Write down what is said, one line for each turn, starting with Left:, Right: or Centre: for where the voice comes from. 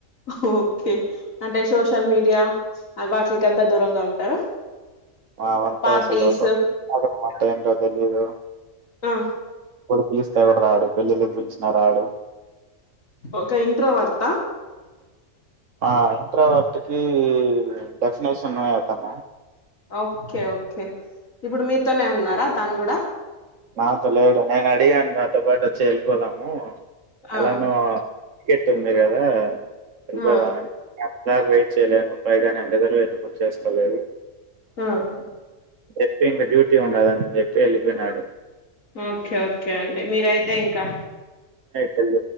Left: ఓకే అంటే సోషల్ మీడియా వాట్లకంత దూరంగా ఉంటారా
Right: ఆ ఆవంతే
Left: పార్టీస్
Right: <unintelligible> అంటే తెలిదు
Left: ఆ
Right: పిలిస్తే కూడా రాడు పెళ్ళిళ్ళకిపిలిచిన రాడు
Left: ఓకే ఇంట్రోవర్టా
Right: ఆ ఇంట్రావర్ట్కి డెఫినిషన్ ఏ అతను
Left: ఓక్కే ఓకే ఇప్పుడు మీతోనే ఉన్నారా తను కూడా
Right: నాతో లేడు నేను అడిగాను నాతో పాటోచ్చి వెళ్ళిపోదాము
Left: ఆ
Right: ఎలాన టికెట్ ఉంది గదా ఎలిపోదా
Left: ఆ
Right: ఇలాగ వెయిట్ చేయలేను పైగా నేను రిజర్వేషన్ కూడా చే స్కోలేదు
Left: ఆ
Right: చెప్పి ఇంకా డ్యూటీ ఉండదని చెప్పి వెళ్ళిపోయినాడు
Left: ఓకే ఓకే అండి మీరైతే ఇంకా
Right: తెళ్ళ